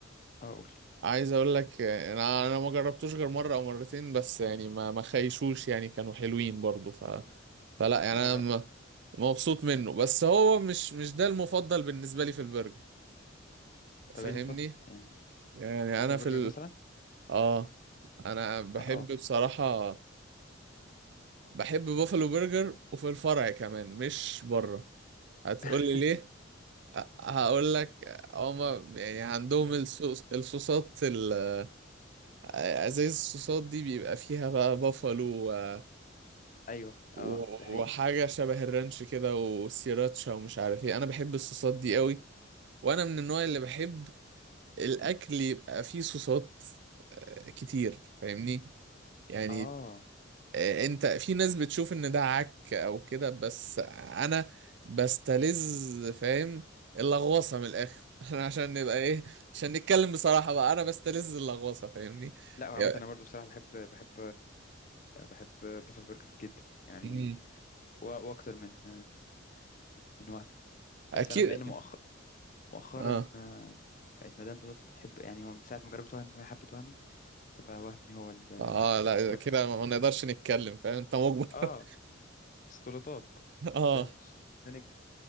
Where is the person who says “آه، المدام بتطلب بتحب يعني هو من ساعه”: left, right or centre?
Left